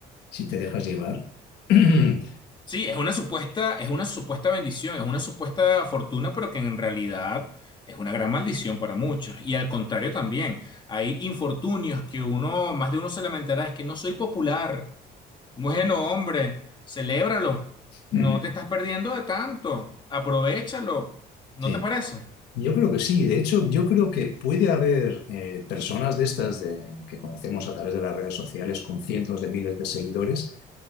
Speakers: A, on the left (about 80°); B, on the left (about 25°).
A: si te dejas llevar, <clears throat> eh,
B: Sí, es una supuesta, es una supuesta bendición, es una supuesta fortuna, pero que en realidad es una gran maldición para muchos. Y al contrario también, hay infortunios que uno, más de uno se lamentará, es que no soy popular. Bueno, hombre, celébralo. No
A: ujú,
B: te estás perdiendo de tanto. Aprovechalo. ¿No
A: sí.
B: te parece?
A: Yo creo que sí, de hecho, yo creo que puede haber eh, personas de estas de- que conocemos a través de las redes sociales con cientos de miles de seguidores